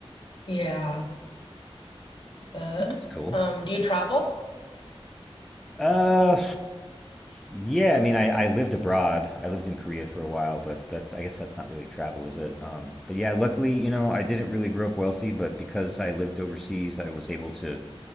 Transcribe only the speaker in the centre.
It's cool.
Uh, yeah. I mean, I, I lived abroad. I lived in Korea for a while, but that's I guess that's not really travel, is it? Um, but yeah, luckily, you know, I didn't really grow up wealthy, but because I lived overseas, I was able to